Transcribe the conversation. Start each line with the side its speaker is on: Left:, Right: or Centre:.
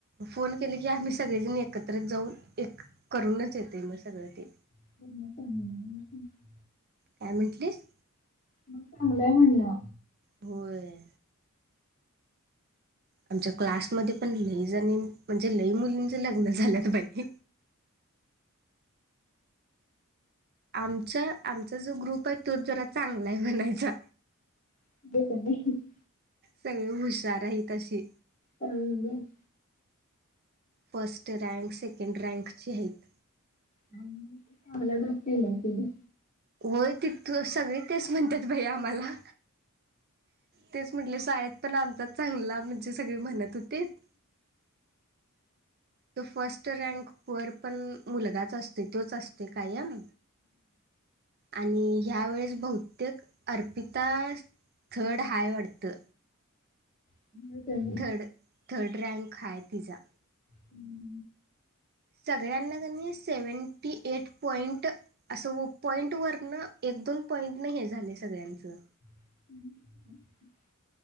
Right: फोन केले की आम्ही सगळेजणी एकत्र जाऊन एक करूनच येतोय मग सगळं ते
Left: <inaudible>
Right: काय म्हणंटलीस
Left: मग चांगलंय म्हणलं
Right: होय आमच्या क्लासमध्ये पण लईजणी म्हणजे लई मुलींचे लग्न झाल्यात बाई आमच्या आमचा जो ग्रुप आहे तो जरा चांगला आहे म्हनायचा
Left: <unintelligible>
Right: सगळी हुशार आहेत अशी
Left: हम <unintelligible>
Right: फर्स्ट रँक सेकंड रँकची आहेत
Left: मग चांगला ग्रुप दिला आहे तेनी
Right: होय तिथ सगळी तेच म्हणतात बाई आम्हाला तेच म्हटल शाळेत पण आमचा चांगला म्हणजे सगळी म्हणत होतीत तो फर्स्ट रँक वर पण मुलगाच असतोय तोच असतोय कायम आणि ह्या वेळेस बहुतेक अर्पिता थर्ड हाय वाटतं
Left: <inaudible>
Right: थर्ड थर्ड रँक हाय तिचा
Left: ह <inaudible>
Right: सगळ्यांना कनी सेवनटी एट पॉइंट असं व पॉईंट वरन, एक दोन पॉईंट न हे झालय सगळ्यांचं.
Left: <inaudible>